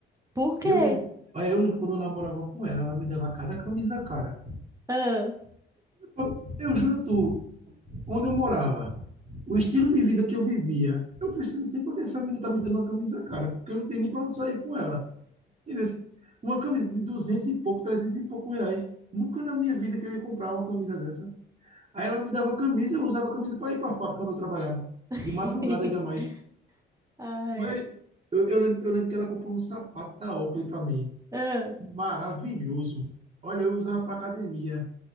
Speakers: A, on the right (about 15°); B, on the right (about 35°).
A: Por quê?
B: Eu lembro, ah, eu lembro quando eu namorava com ela, ela me dava cada camisa, cara.
A: Ah.
B: Eu, eu juro a tu, onde eu morava, o estilo de vida que eu vivia, eu falei assim, não sei por que essa menina tá me dando uma camisa, cara, porque eu não tenho nem pra onde sair com ela. Entendeu? Uma camisa de 200 e pouco, 300 e pouco reais. Nunca na minha vida que eu ia comprar uma camisa dessa. Aí ela me dava camisa, eu usava a camisa para ir para a fábrica onde eu trabalhava.
A: <laughs>
B: De madrugada ainda mais.
A: Ai,
B: Mas
A: ai.
B: eu, eu, lembro, eu lembro que ela comprou um sapato da Oakley para mim.
A: Ah,
B: Maravilhoso. Olha, eu usava para academia